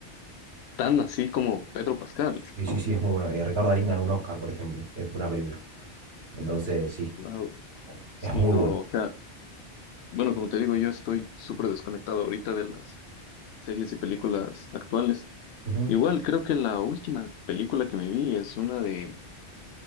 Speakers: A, on the left (about 70°); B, on the right (about 60°).
A: Tan así como Pedro Pascal.
B: Sí, sí, sí, es muy bueno. Eh, Ricardo Darín ganó un Oscar, por ejemplo, eh, por una película. Entonces, sí,
A: Wow. Sí,
B: es muy
A: no,
B: bueno.
A: o sea, bueno, como te digo, yo estoy súper desconectado ahorita de las series y películas actuales.
B: Ujú,
A: Igual, creo que la última película que me vi es una de,